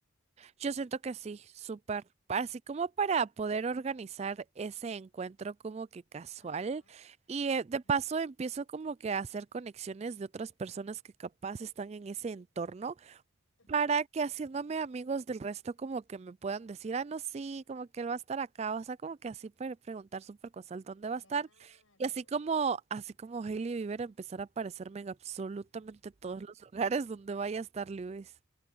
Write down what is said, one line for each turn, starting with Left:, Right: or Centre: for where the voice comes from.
Right: Yo siento que sí, súper. Así como para poder organizar ese encuentro como que casual.
Left: Ajá,
Right: Y
Left: ajá,
Right: eh, de paso empiezo como que a hacer conexiones de otras personas que capaz están en ese entorno
Left: ujú,
Right: para que haciéndome amigos del resto como que me puedan decir, ah, no, sí, como que él va a estar acá, o sea, como que así pre- preguntar súper cosas, ¿dónde va
Left: Claro.
Right: a estar? Y así como, así como Hailey Bieber empezar a aparecerme en absolutamente todos
Left: <laughs>
Right: los lugares donde vaya a estar Lewis.